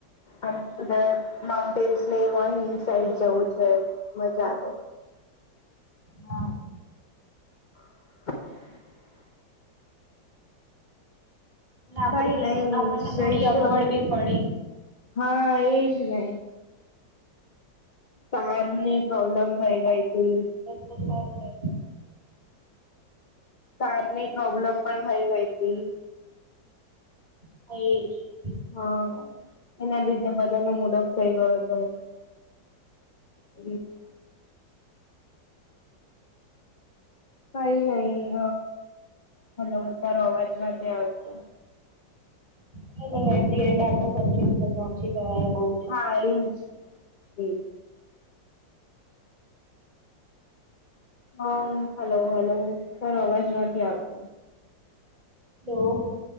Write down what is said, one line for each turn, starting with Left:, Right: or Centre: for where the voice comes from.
Left: આમ સુ કેહવાય માઉન્ટેન્સ ને હોય સાઈડ જવું છે મજા આવે.
Right: હા
Left: <inaudible>
Right: અને આપડી
Left: કઈ નઈ
Right: આપણને
Left: જઈશ
Right: થોડી અગવડ બી પડી
Left: હા એજ ને. કાર ની પ્રોબ્લેમ થઈ ગઈ હતી.
Right: ખુબ સારું.
Left: કાર ની પ્રોબ્લેમ પણ થઈ ગઈ હતી.
Right: એજ.
Left: હા એના લીધે બધાનો મુડફ થઇ ગયો હતો. <inaudible> કઈ નહી હલો હ તારો અવાજ નથી આવતો.
Right: કઈ નઈ એટ ધી એન્ડ આપડે <unintelligible> પહોંચી ગયા બોવ.
Left: હા એજ એ. હા હલો હલો કારો અવાજ નથી આવતો.
Right: હલો..